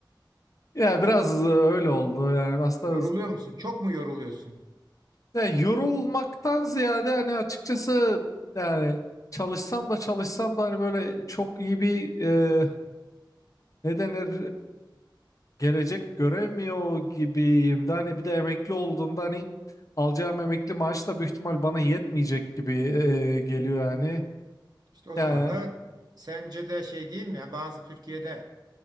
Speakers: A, on the left; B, on the right.
A: Ya biraz öyle oldu yani aslında
B: <laughs> Yoruluyor musun? Çok mu yoruluyorsun?
A: ya yorulmaktan ziyade hani açıkçası yani çalışsam da çalışsam da hani böyle çok iyi bir e, ne denir gelecek göremiyor gibiyim de hani bir de emekli olduğumda hani alacağım emekli maaş da büyük ihtimal bana yetmeyecek gibi e, geliyor yani.
B: İşte o
A: Yani
B: zaman da sence de şey değil mi? Yani bazı Türkiye'de